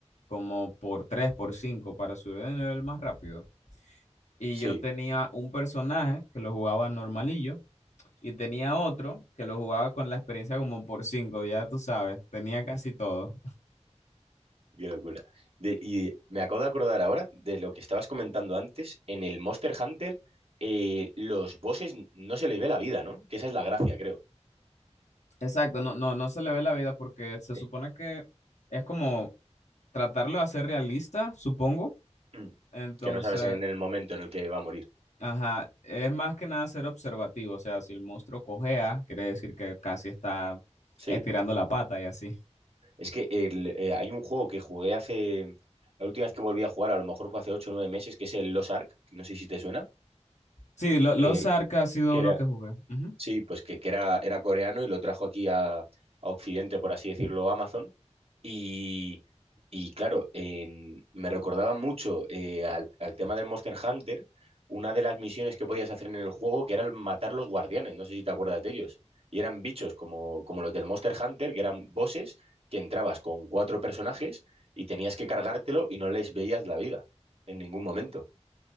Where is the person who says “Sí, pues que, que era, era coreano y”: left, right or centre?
Right